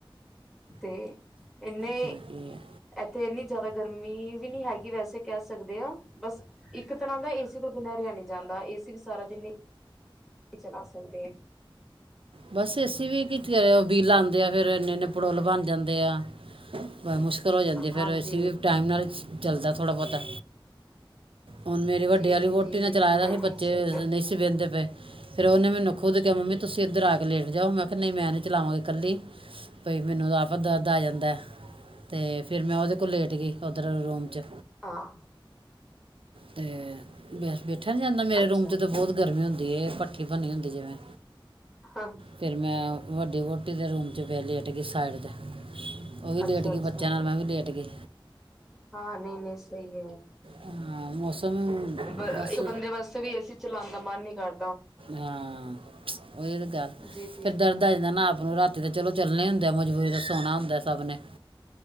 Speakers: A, in the centre; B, on the right (about 70°).
A: ਤੇ ਇੰਨੇ
B: ਫਿਰ ਕੀ ਹੈ?
A: ਇੱਥੇ ਇੰਨੀ ਜ਼ਿਆਦਾ ਗਰਮੀ ਵੀ ਨਹੀਂ ਹੈਗੀ ਵੈਸੇ ਕਹਿ ਸਕਦੇ ਹਾਂ ਬਸ ਇੱਕ ਇੱਕ ਤਰ੍ਹਾਂ ਦਾ ਏਸੀ ਤੋਂ ਬਿਨਾਂ ਰਿਹਾ ਨਹੀਂ ਜਾਂਦਾ ਏਸੀ ਵੀ ਸਾਰਾ ਜਿੰਨੀ ਈ ਚਲਾ ਸਕਦੇ।
B: ਬਸ ਏਸੀ ਵੀ <unintelligible> ਬੀ ਲਾਂਦੇ ਆ, ਫੇਰ ਇੰਨੇ ਇੰਨੇ ਪੜੋਲ ਬਣ ਜਾਂਦੇ ਆ। ਮੁਸ਼ਕਿਲ ਹੋ ਜਾਂਦੀ
A: ਹਾਂਜੀ
B: ਫੇਰ, ਇਸ ਵੀ ਟਾਈਮ ਨਾਲ ਚੱਲਦਾ ਥੋੜ੍ਹਾ ਬਹੁਤਾ। ਹੁਣ ਮੇਰੀ ਵੱਡੇ
A: ਜੀ
B: ਵਾਲੀ
A: ਜੀ
B: ਵੋਟੀ
A: ਜੀ ਜੀ
B: ਨੇ ਚਲਾਏ
A: ਜੀ ਨਹੀਂ
B: ਦਾ ਸੀ ਬੱਚੇ
A: ਸਹੀ
B: ਨਹੀਂ ਸੀ ਬਹਿੰਦੇ ਪਏ। ਫੇਰ ਉਹਨੇ ਮੈਨੂੰ ਖੁਦ ਕਿਹਾ, ਮੰਮੀ ਤੁਸੀਂ ਇੱਧਰ ਆ ਕੇ ਲੇਟ ਜਾਓ ਮੈਂ ਕਿਹਾ ਨਹੀਂ ਮੈਂ ਨਹੀਂ ਚਲਾਵਾਂਗੀ ਇਕੱਲੀ ਭਈ ਮੈਨੂੰ ਤਾਂ ਆਪ ਦਰਦ ਆ ਜਾਂਦਾ ਤੇ ਫੇਰ ਮੈਂ ਉਹਦੇ ਕੋਲ ਲੇਟ ਗਈ। ਉਧਰ ਰੂਮ 'ਚ।
A: ਹਾਂ
B: ਤੇ ਫ਼ਿਰ ਬੈਠਾ ਨੀ ਜਾਂਦਾ ਮੇਰੇ
A: ਅੱਛਾ
B: ਰੂਮ 'ਚ ਤਾਂ ਬਹੁਤ ਗਰਮੀ ਹੁੰਦੀ ਐ, ਭੱਠੀ ਬਨੀ ਹੁੰਦੀ ਜਿਵੇਂ।
A: ਅੱਛਾ
B: ਫਿਰ ਮੈਂ ਵੱਡੀ ਵਹੁਟੀ ਦੇ ਰੂਮ 'ਚ ਬੈ ਲੇਟ ਗਈ ਸਾਈਡ <unintelligible> ਉਹ ਵੀ ਲੇਟ
A: ਅੱਛਾ
B: ਗਈ
A: ਅੱਛਾ,
B: ਬੱਚਿਆਂ
A: ਨਹੀਂ।
B: ਨਾਲ ਮੈਂ ਵੀ ਲੇਟ ਗਈ
A: ਹਾਂ, ਨਹੀਂ ਨ ਸਈ ਐ।
B: ਹਾਂ, ਮੌਸਮ
A: ਬ
B: ਬਸ
A: ਇਕ ਬੰਦੇ ਵਾਸਤੇ ਵੀ ਏ ਸੀ ਚਲਾਣ ਦਾ ਮਨ ਨੀ ਕਰ
B: ਹਾਂ ਉਹੀ ਤੇ ਗੱਲ,
A: ਜੀ ਜੀ
B: ਫੇਰ ਦਰਦ ਆ ਜਾਂਦਾ ਨਾ ਆਪ ਨੂੰ ਰਾਤੀ ਤੇ ਚਲੋ ਚੱਲਣੇ ਹੁੰਦੇ ਮਜੁ ਦੂਜ ਦਾ ਸੋਣਾ ਹੁੰਦਾ ਸਭ ਨੇ